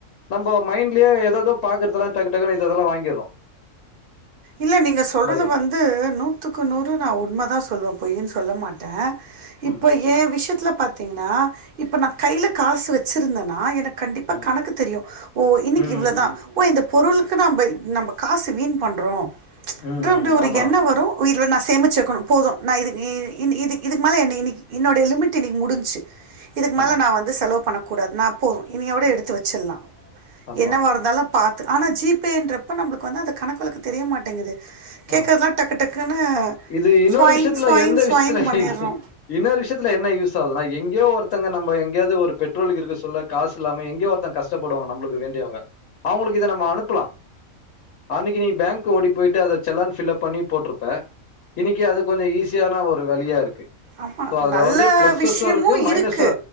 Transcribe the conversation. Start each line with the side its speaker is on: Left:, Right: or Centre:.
Left: நம்ம மைண்ட்லயே எத எதோ பாக்கறதெல்லா டக்கு டக்குன்னு இது இதெல்லா வாங்கிட்றோ
Right: இல்ல நீங்க சொல்றது
Left: இருக்கு
Right: வந்து நூத்துக்கு நூறு நா உண்மதா சொல்லுவே பொய்ன்னு சொல்ல மாட் ட இப்ப
Left: ம்
Right: எ விஷயத்துல பாத்த ங்கன்னா இப்ப நா கையில காசு வச்சிருந்தேன்னா எனக்கு கண்டிப்பா
Left: ம்
Right: கணக்கு தெரியு ஓ இன்னைக்கு
Left: ம்
Right: இவ்ள தா
Left: ம்
Right: ஓ இந்த பொருளுக்கு நம்ப நம்ப காசு வீண் பண்றோ
Left: ம்
Right: என்ற அப்டி
Left: ம்
Right: ஒரு
Left: ஆமா
Right: எண்ண வரு ஓ இதுல நா சேமிச்சு வைக்கணு போது நா இது இது இன் இதுக்கு மேல என்ன இன்னனைக்கு என்னோடைய லிமிட் இன்னைக்கி முடிச்சு இதுக்கு
Left: ஆமா
Right: மேல நா வந்து செலவு பண்ணக்கூடாது நா போது இனிய விட எடுத்து வச்சிடலா
Left: ஆமா
Right: என்னவா இருந்தாலு பாத்து ஆனா ஜிபேன்றப்ப நம்மளுக்கு வந்து அந்த கணக்கு வழக்கு தெரிய மாட்டேங்குது கேக்றதுலா
Left: ஆ
Right: டக்கு டக்குன்னு
Left: இது இன்னொரு
Right: ஸ்சொய்ன்
Left: விஷயத்துல
Right: ஸ்சொய்ன்
Left: எந்த
Right: ஸ்சொய்ன்
Left: விஷயத்துல
Right: பண்ணிடுறோ
Left: இன்னொரு விஷயத்துல என்ன யூஸ் ஆகுதுனா எங்கயோ ஒருத்தங்க நம்ம எங்கேயாவது ஒரு பெட்ரோலு இருக்கு சொல்ல காசு இல்லாம எங்கயோ ஒருத் த கஷ்டப்படுவாங்க நம்மளுக்கு வேண்டியவங்க அவங்களுக்கு இத நம்ம அனுப்பலா அன்னிக்கி நீ பேங்க் ஓடி போயிட்டு அத செல்லா ஃபில்லப் பண்ணி போட்டிருப்ப இன்னைக்கு அது கொஞ்ச ஈஸியான ஒரு வழியா இருக்கு
Right: ஆமா
Left: சோ அதுல
Right: நல்ல
Left: வந்து பிளஸஸு
Right: விஷயமு
Left: மைனஸு
Right: இருக்கு